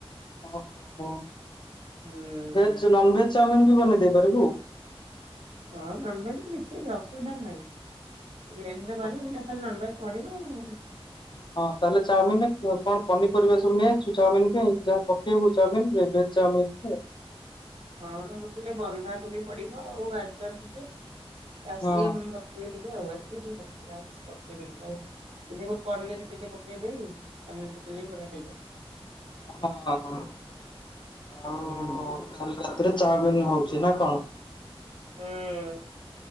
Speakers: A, on the left; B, on the right.
A: ଓ ହୋ ହୋ
B: ହୁଁ
A: ଭେଜ, ନନଭେଜ ଚାଓମିିନ୍ ବି ବନେଇ ଦେଇ ପାରିବୁ?
B: ହୁଁ ନନଭେଜରେ କିଛି ଅସୁବିଧା ନାହିଁ, <unintelligible>
A: ଓହୋ
B: ଖାଲି ନନଭେଜ ପଡିବ ଆଉ କଣ?
A: ହଁ ତାହେଲେ ଚାଉମିନରେ କଣ ପନିପରିବା ସବୁ ନେଇଆସିଛୁ, ଚାଉମିନ ପାଇଁ ଯାହା ପକେଇବୁ ଚାଉମିନ ରେ? ଚାଉମିିନରେ।
B: ହଁ- ହଁ ସେ ବନ୍ଧା କୋବି ପଡିବ, ଆଉ ଗାଜର ଟିକେ, କ୍ୟାପସିଗମ୍
A: ହଁ
B: ପ ଟିକେ ଆଉ ଏତିକି ଟିକେ ପକେଇବେ ଆଉ କିଛି ପକେଇବିନି, ଆଉ ଯଦି ହବ ପନିରେ ଟିକେ ପକେଇଦେବି। ପନିର୍ ପକାଇ ବଢିଆ ହେଇଛି।
A: ହଁ ହଁ। ଆଉ
B: ହୁଁ।
A: କାଲି ରାତିରେ ଚାଓମିନ୍ ହଉଛି ନା କଣ?
B: ହୁଁ।